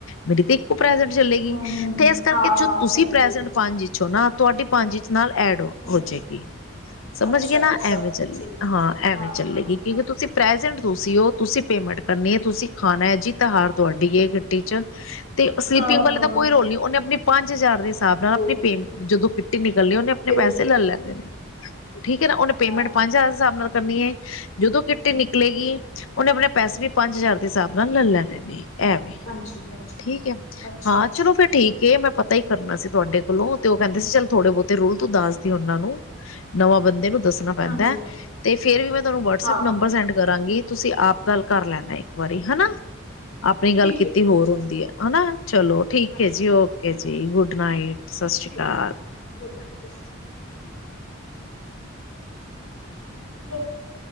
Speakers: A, on the left; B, on the left.
A: ਮੇਰੀ ਤੇ ਇੱਕੋ ਪ੍ਰੈਜੈਟ ਚੱਲੇਗੀ,
B: ਹੂੰ ਹੂੰ
A: ਤੇ ਇਸ ਕਰਕੇ
B: ਹਾਂ ਹਾਂ
A: ਜੋ ਤੁਸੀਂ
B: ਸਮਝ
A: ਪ੍ਰੈਜੈਟ
B: ਗਈ
A: ਪੰਜ ਇ ਹੋ ਨਾ ਤੁਹਾਡੀ ਪੰਜ ਨਾਲ ਐਡ ਹੋ
B: ਹੂੰ
A: ਜੇਗੀ। ਸਮਝ
B: ਅੱਛਾ
A: ਗਏ ਨਾ
B: ਅੱਛਾ
A: ਐਵੇਂ ਚੱਲੇ
B: ਠੀਕ
A: ਹਾਂ
B: ਹੈ ਠੀਕ ਹੈ
A: ਐਵੇਂ ਚੱਲੇਗੀ।
B: ਹਾਂ
A: ਕਿਉਂਕਿ
B: ਹਾਂ
A: ਤੁਸੀਂ ਤੁਸੀਂ ਪ੍ਰੈਜੈਂਟ ਤੁਸੀਂ ਉਹ ਤੁਸੀਂ ਪੇਮੈਂਟ ਕਰਨੀ ਹੈ, ਤੁਸੀਂ ਖਾਣਾ ਹੈ ਜਿਤ -ਹਾਰ ਤੁਹਾਡੀ ਏ ਕਿਟੀ ਚ ਤੇ ਸਲੀਪਿੰਗ
B: ਹਾਂ
A: ਵਾਲੇ
B: ਹਾਂ
A: ਦਾ ਕੋਈ ਰੋਲ ਨਈ ਉਹਨੇ ਆਪਣੇ ਪੰਜ ਹਜ਼ਾਰ ਦੇ ਹਿਸਾਬ ਨਾਲ
B: ਦੋ
A: ਆਪਣੀ ਪੇਮ ਜਦੋਂ ਕਮੇਟੀ ਨਿਕਲਣੀ ਉਹਨੇ ਆਪਣੇੈੇ
B: ਪੇਮੈਂਟ
A: ਪੈਸੇ ਲੈ ਲੈਨੇ ਨੇ। ਠੀਕ ਏ ਨਾ, ਉਹਨੇ ਪੇਮੈਂਟ
B: ਹਾਂ
A: ਪੰਜ
B: ਹਾਂ
A: ਹਜ਼ਾਰ ਹਿਸਾਬ ਨਾਲ ਕਰਨੀ ਏ ਜਦੋਂ ਕਿੱਟੀ ਨਿਕਲੇਗੀ ਉਹਨੇ ਆਪਣੇ ਪੈਸੇ ਵੀ ਪੰਜ ਹਜ਼ਾਰ ਦੇ ਹਿਸਾਬ ਨਾਲ ਲੈ ਲੈਣੇ ਨੇ। ਐਵੇਂ
B: ਹਾਂਜੀ ਹਾਂਜੀ
A: ਠੀਕ ਏ
B: ਅੱਛਾ
A: ਹਾਂ
B: ਅੱਛਾ
A: ਚਲੋ ਫੇਰ ਠੀਕ ਕੇ ਮੈਂ ਪਤਾ ਈ ਕਰਨਾ ਸੀ ਤੁਹਾਡੇ ਕੋਲੋਂ ਤੇ ਓਹ ਕਹਿੰਦੇ ਸੀ ਚੱਲ ਥੋੜੇ ਬਹੁਤੇ ਰੁਲ ਤੂੰ ਦੱਸਦੀ ਉਹਨਾਂ ਨੂੰ। ਨਵਾਂ ਬੰਦੇ ਨੂੰ ਦੱਸਣਾ ਪੈਂਦਾ,
B: ਹਾਂਜੀ ਹਾਂਜੀ
A: ਤੇ ਫੇਰ ਵੀ ਮੈਂ ਤੁਹਾਨੂੰ ਵਟਸਐਪ
B: ਹਾਂ
A: ਨੰਬਰ
B: ਹਾਂ
A: ਸੈਂਡ ਕਰਾਂਗੀ ਤੁਸੀਂ ਆਪ ਗੱਲ ਕਰ ਲੈਣਾ ਇੱਕ ਵਾਰੀ ਹਨਾ। ਆਪਣੀ ਗੱਲ
B: ਠੀਕ
A: ਕੀਤੀ
B: ਹੈ ਠੀਕ
A: ਹੋਰ
B: ਹੈ
A: ਹੁੰਦੀ ਏ, ਹਨਾ ਚਲੋ ਠੀਕ
B: ਹਾਂਜੀ
A: ਏ ਜੀ ਓਕੇ ਜੀ ਗੁੱਡ ਨਾਈਟ। ਸਸ੍ਰੀ
B: ਠੀਕ
A: ਕਾਲ।
B: <unintelligible> <unintelligible>